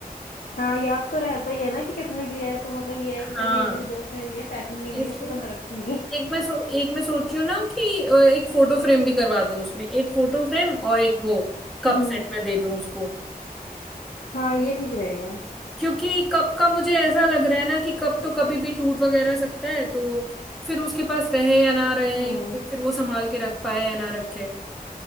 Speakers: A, on the left (about 70°); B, in the centre.
A: हाँ याद तो रहता ही है ना कि किसने दिया है तो मतलब ये
B: हाँ
A: है कि चलो ये मेरी दोस्त ने दिया है, फेंकूंगी नहीं
B: इसलिए
A: इसको तो मैं रखूंगी
B: एक मैं सो एक मैं सोच रही हूँ ना कि अ, एक फोटो फ्रेम भी करवा दूं उसमें एक फोटो फ्रेम और एक वो कप
A: हम्म
B: सेट में दे दूं उसको
A: हाँ ये ठीक रहेगा
B: क्योंकि कप का मुझे ऐसा लग रहा है ना कि कप तो कभी भी टूट वगैरह सकता है तो फिर उसके पास रहे या ना रहे
A: हम्म
B: फिर वो संभाल के रख पाए या ना रखे